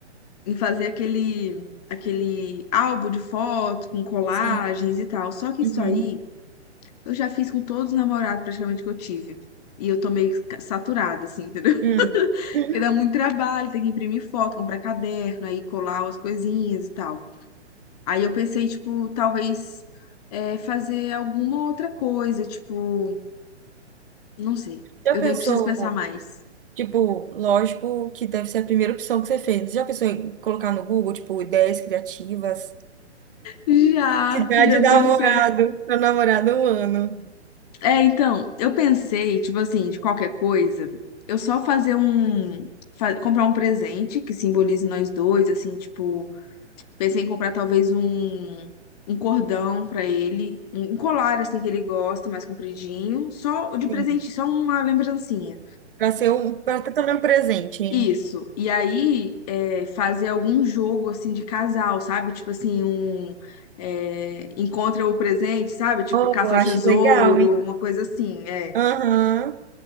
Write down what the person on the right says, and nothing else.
Sim.
Uhum.
Hum.
<laughs> Uhum.
Já
pensou,
tipo, lógico que deve ser a primeira opção que você fez. Já pensou em colocar no Google, tipo, ideias criativas?
De idade
da
namorado, meu namorado um ano.
Sim,
para ser um, para estar também um presente, hein?
Oh,
eu acho
legal, hein?
Aham.